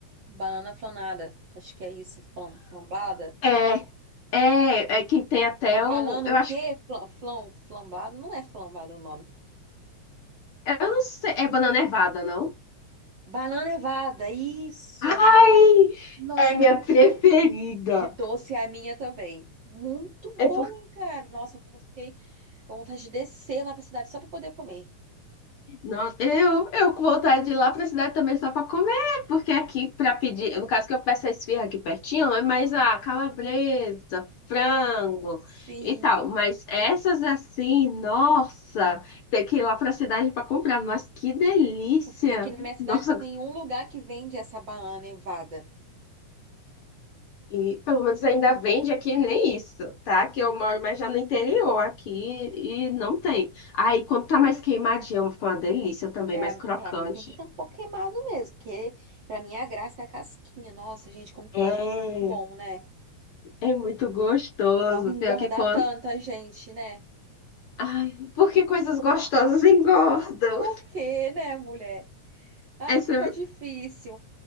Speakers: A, on the right (about 55°); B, on the left (about 60°).
A: banana flanada. Acho que é isso, flam- flambada.
B: É, é, é que tem até
A: É banana
B: o. Eu
A: o
B: acho
A: quê? Flam, flam, flambada? Não é flambada o nome.
B: Eu não sei. É banana nevada, não?
A: Banana nevada, isso
B: Ai,
A: aí, menina. Nossa,
B: é
A: e
B: minha
A: minha
B: preferida.
A: de doce é a minha também. Muito
B: É
A: boa,
B: porque.
A: cara. Nossa, eu fiquei com vontade de descer lá pra cidade só pra poder comer.
B: Nossa, eu, eu com vontade de ir lá pra cidade também só pra comer. Porque aqui pra pedir. No caso que eu peço a esfirra aqui pertinho, é mais a calabresa, frango
A: Sim,
B: e tal. Mas essas assim, nossa, tem que ir lá pra cidade pra comprar. Mas que delícia!
A: porque aqui na minha cidade
B: Nossa,
A: só tem um lugar que vende essa banana nevada.
B: E pelo menos ainda vende aqui nem isso, tá? Que eu moro mais já no interior aqui e não tem. Aí quando tá mais queimadinho, fica uma delícia também,
A: É,
B: mais crocante.
A: para mim tem que estar um pouco queimado mesmo, porque pra mim a graça é a casquinha. Nossa, gente, como que
B: É,
A: pode algo ser tão bom, né?
B: é muito gostoso.
A: E algo engordar
B: Pior que quando.
A: tanta gente, né?
B: Ai, porque coisas gostosas <laughs> engordam.
A: Por quê, né, mulher? Ai,
B: Essa
A: fica difícil.